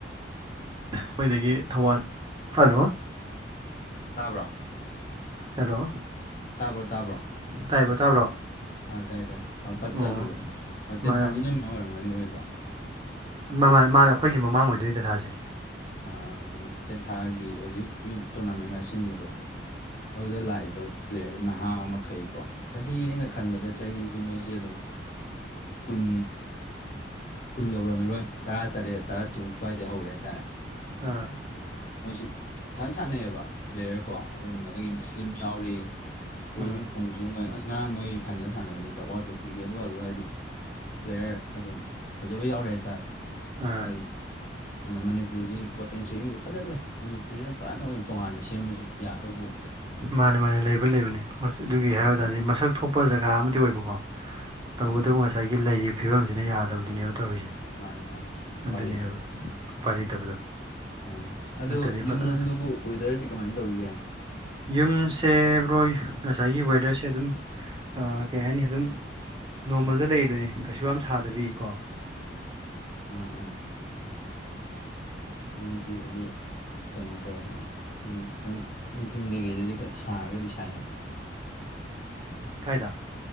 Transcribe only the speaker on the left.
ꯇꯥꯕ꯭ꯔꯣ
ꯇꯥꯕ꯭ꯔꯣ ꯇꯥꯕ꯭ꯔꯣ
ꯑꯥ ꯇꯥꯏ ꯇꯥꯏ ꯑ ꯄꯠ
ꯇꯠꯂꯨꯕ
ꯇꯦꯟꯊꯥꯁꯤ ꯅ ꯃꯌꯥꯝ ꯑꯣꯏꯔꯝꯒꯅꯤ ꯑꯣꯏꯗ꯭ꯔꯣ
ꯑ ꯑꯗꯨꯅꯦ ꯇꯦꯟꯊꯥꯒꯤ ꯍꯧꯖꯤꯛ ꯌꯨꯝ ꯇꯣꯔꯅꯥꯃꯦꯟꯒ ꯁꯤꯟꯕꯗꯣ ꯑꯗꯨꯗ ꯂꯥꯛꯏꯕ ꯄ꯭ꯂꯦꯠ ꯅꯍꯥ ꯃꯈꯩꯀꯣ ꯆꯍꯤ ꯑꯩꯅ ꯈꯟꯕꯗ ꯆꯍꯤꯁꯦ ꯃꯣꯏꯁꯦ ꯑꯗꯨꯝ ꯀꯨꯟ ꯀꯨꯟ ꯌꯧꯔꯝꯃꯤꯔꯣꯏ ꯇꯔꯥ ꯇꯔꯦꯠ ꯇꯔꯥ ꯇꯨꯛ ꯁ꯭ꯋꯥꯏꯗ ꯍꯧꯔꯦ ꯍꯥꯏꯇꯥꯔꯦ
ꯃꯣꯏꯁꯤ ꯐꯖꯅ ꯁꯥꯟꯅꯩꯑꯕ ꯄ꯭ꯂꯦꯌꯔ ꯀꯣ ꯑꯗꯨꯝ ꯑꯗꯒꯤ ꯃꯨꯁꯂꯤꯝ ꯌꯥꯎꯔꯤ ꯄꯣꯏꯔꯨꯝ
ꯈꯣꯡꯖꯨꯝ ꯑꯁ ꯉꯔꯥꯡ ꯃꯣꯏ ꯐꯥꯏꯅꯦꯜ ꯁꯥꯟꯅꯕꯅꯦ ꯇꯋꯥ ꯇ꯭ꯔꯣꯞ ꯄꯤꯒꯦ ꯑꯗꯨꯒ ꯑꯗꯨ ꯍꯥꯏꯗꯤ ꯄ꯭ꯂꯦꯌꯔ ꯑꯗꯨꯝ ꯐꯖꯕ ꯌꯥꯎꯔꯦ ꯍꯥꯏꯇꯥꯔꯦ
ꯀꯜꯂꯤ ꯑꯗꯨꯅ ꯃꯅꯤꯄꯨꯔꯁꯤ ꯄꯣꯇꯦꯟꯁꯤꯦꯜꯒꯤꯗꯤ ꯐꯖ ꯂꯩꯦ ꯃꯅꯤꯄꯨꯔꯁꯤ ꯌꯥꯝ ꯐꯥꯅ ꯑꯣꯏꯅ ꯇꯣꯉꯥꯟꯅ ꯁꯦꯝꯕꯁꯨ ꯌꯥꯒꯗꯧꯕ ꯄꯣꯠ ꯑꯗꯨꯗꯥꯥꯏ
ꯌꯦꯡꯕꯗ
ꯃꯥꯅꯦ
ꯃꯥꯅꯦ ꯃꯥꯅꯦ ꯎꯄꯥꯏ
ꯂꯩꯇꯕꯗ
ꯑꯥ ꯑꯗꯨꯣ
ꯌꯨꯝꯂꯣꯝꯗꯨꯕꯨ
ꯋꯦꯗꯔꯗꯤ ꯀꯃꯥꯏꯅ ꯇꯧꯔꯤꯒꯦ
ꯑꯥ ꯑꯥ ꯌꯨꯝꯁꯤ ꯑꯗꯨ ꯀꯩꯅꯣ ꯇꯧꯋꯦ ꯍꯥꯏꯅꯨꯝ ꯈꯤꯇꯪ ꯅꯨꯡꯊꯤꯟ ꯀꯩꯒꯤꯩꯗꯗꯤ ꯈꯔ ꯁꯥꯔꯒꯗꯤ ꯁꯥꯏ ꯍꯥꯏꯅ